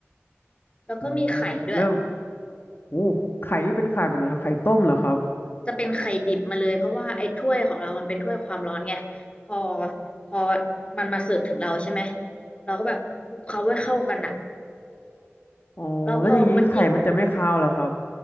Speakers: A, on the left; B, on the left.
A: แล้วก็มีไข่ด้วย
B: อืมแล้ว โอ้ไข่นี่เป็นไข่แบบไหนครับไข่ต้มเหรอครับ
A: จะเป็นไข่ดิบมาเลยเพราะว่าไอ้ถ้วยของเรามันเป็นถ้วยความร้อนไงพอพอมันมาเสิร์ฟถึงเราใช่ไหมเราก็แบบคลุกเคล้าให้เข้ากันอ่ะ
B: อ๋อแล้วอย่างนี้ไข่มันจะไม่คาวเหรอครับ
A: แล้วพอมันยิ่ง